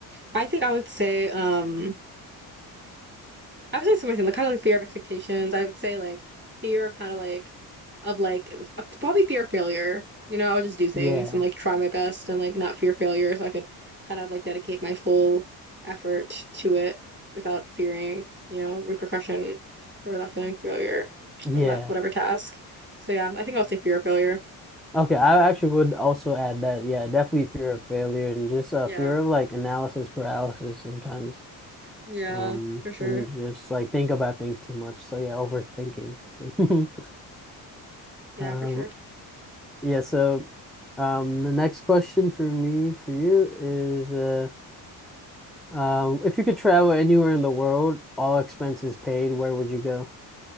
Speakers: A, on the right (about 20°); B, in the centre.
A: I think I would say, um, I would say similar thing, like kind of like fear of expectations. I would say like fear of kind of like of like f- probably fear of failure. You know, I would just do things
B: yeah
A: and like try my best and like not fear failure, so I could kind of like dedicate my full effort to it without fearing, you know, repercussion or without feeling failure
B: yeah
A: about whatever task. So yeah, I think i would say fear of failure.
B: okay I actually would also add that yeah definitely fear of failure and just uh
A: Yeah.
B: fear of like analysis paralysis sometimes
A: Yeah,
B: um
A: for sure.
B: when you just like think about things too much so yeah overthinking so <laughs>
A: Yeah,
B: um
A: for sure.
B: yeah so um the next question for me for you is uh Um, if you could travel anywhere in the world, all expenses paid, where would you go?